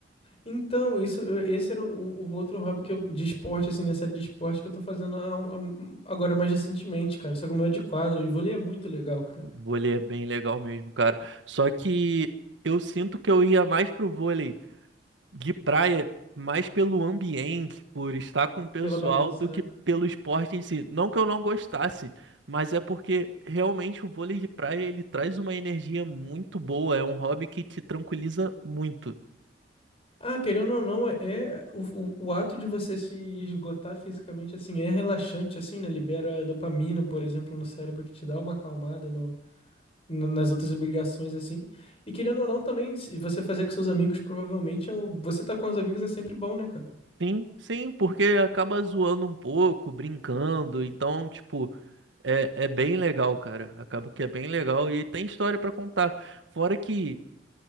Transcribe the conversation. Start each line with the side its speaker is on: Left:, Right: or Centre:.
Left: Então, isso, esse era o, um, o outro hobby que eu, de esporte, assim, na série de esporte que eu tô fazendo há um- há um- agora mais recentemente, cara. Só que o meu é de quadra e vôlei é muito legal, cara.
Right: Vôlei é bem legal mesmo, cara. Só que eu sinto que eu ia mais pro vôlei de praia, mais pelo ambiente, por estar com o pessoal,
Left: Pela bagunça,
Right: do
Left: né?
Right: que pelo esporte em si. Não que eu não gostasse, mas é porque realmente o vôlei de praia ele traz uma energia muito boa, é um hobby que te tranquiliza muito.
Left: Ah, querendo ou não, é é o, o, o ato de você se esgotar fisicamente, assim, é relaxante, assim, né? Libera dopamina, por exemplo, no cérebro, que te dá uma acalmada no, no- nas outras obrigações, assim. E querendo ou não, também, se você fazer com seus amigos, provavelmente, é um- você tá com os amigos é sempre bom, né, cara?
Right: Sim, sim, porque acaba zoando um pouco, brincando, então, tipo, é, é bem legal, cara. Acaba que é bem legal e tem história pra contar. Fora que,